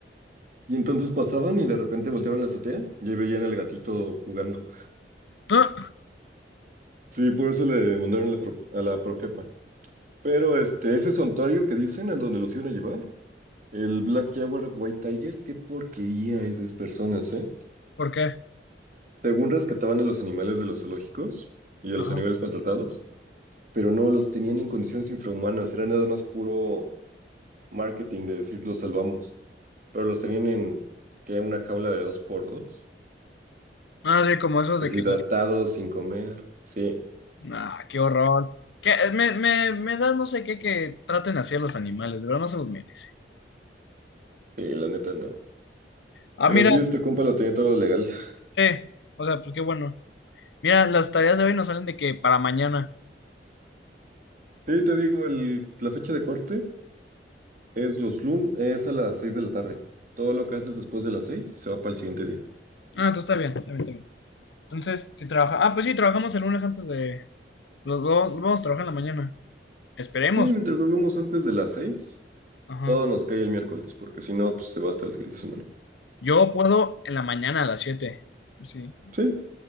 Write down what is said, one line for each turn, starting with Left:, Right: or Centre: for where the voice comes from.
Right: Y entonces pasaban y de repente volteaban la azotea y ahí veían al gatito jugando.
Left: Ah,
Right: Sí, por eso le mandaron la pro- a la profepa. Pero este, ese santuario que dicen, a donde los iban a llevar, el Black Jaguar White Tiger, qué porquería es de esas personas, ¿eh?
Left: ¿Por qué?
Right: Según rescataban a los animales de los zoológicos y a
Left: Ajá.
Right: los animales maltratados, pero no los tenían en condiciones infrahumanas, era nada más puro marketing de decir los salvamos. pero los tenían en que una jaula de dos por dos,
Left: Ah, sí, como esos
Right: deshidratados,
Left: de que,
Right: sin comer. Sí,
Left: nah, qué horror. Que eh, me, me, me da no sé qué que traten así a los animales, de verdad no se los merece.
Right: sí, la neta no.
Left: Ah,
Right: Pero
Left: mira,
Right: sí, este compa lo tenía todo legal. <laughs>
Left: sí, o sea, pues qué bueno. Mira, las tareas de hoy nos salen de que para mañana.
Right: Sí, te digo, el, la fecha de corte es los lunes, es a las seis de la tarde. Todo lo que haces después de las seis se va para el siguiente día.
Left: Ah, entonces está bien, está bien, está bien. Entonces, si trabaja. Ah, pues sí, trabajamos el lunes antes de. Los dos vamos a trabajar en la mañana. Esperemos.
Right: Sí, mientras lo hagamos antes de las seis,
Left: Ajá.
Right: todo nos cae el miércoles, porque si no, pues se va hasta la siguiente semana.
Left: Yo puedo en la mañana a las 7. Sí.
Right: Sí,